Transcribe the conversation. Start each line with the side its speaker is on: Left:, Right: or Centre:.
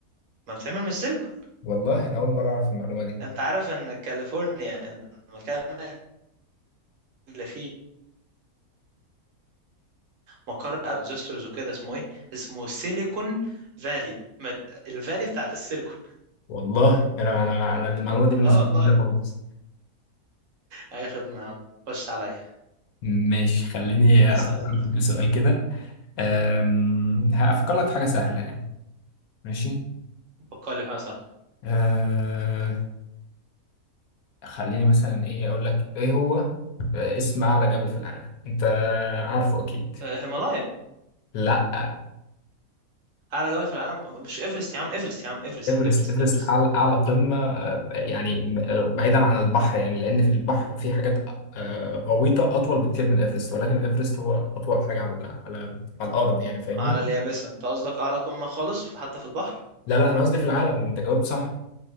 Right: ما بتعمل من السيليكون
Left: والله انا اول مرة اعرف المعلومة دي
Right: انت عارف ان كاليفورنيا المكان اللي فيه مقر ترانزستورز وكده اسمه ايه اسمه سيليكون فالي مد... الفالي بتاعت السيليكون
Left: والله انا انا انا المعلومة دي بالنسبة
Right: اه والله
Left: لي جديدة خالص
Right: اي خدمه يا عم خش عليا
Left: ماشي خليني
Right: اسال
Left: افكر
Right: انت
Left: لك بسؤال كده أم، هأفكر لك في حاجة سهلة يعني ماشي
Right: بقالي حاجه سهله
Left: أه خليني مثلا ايه اقول لك ايه هو اسم اعلى جبل في العالم انت عارفه اكيد
Right: آه، هيمالايا
Left: لا
Right: اعلى جبل في العالم مش ايفرست يا عم ايفرست يا عم ايفرست
Left: ايفرست
Right: ايفرست
Left: ايفرست
Right: ايفرست
Left: اعلى اعلى قمة أه، يعني م- أه، بعيدا عن البحر يعني لان في البحر في حاجات أه، غويطة اطول بكتير من ايفرست ولكن ايفرست هو اطول حاجة على على على الارض يعني فاهمني
Right: اعلى اليابسه انت قصدك اعلى قمه خالص في- حتى في البحر
Left: لا لا انا قصدي في العالم انت جاوبت صح